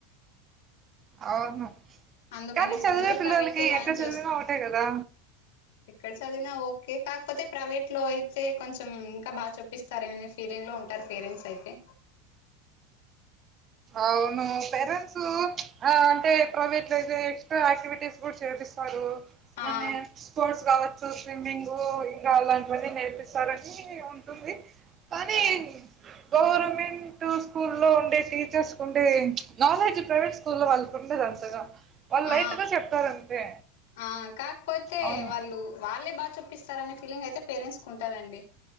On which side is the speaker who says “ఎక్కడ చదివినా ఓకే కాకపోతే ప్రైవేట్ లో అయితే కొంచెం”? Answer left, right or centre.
Left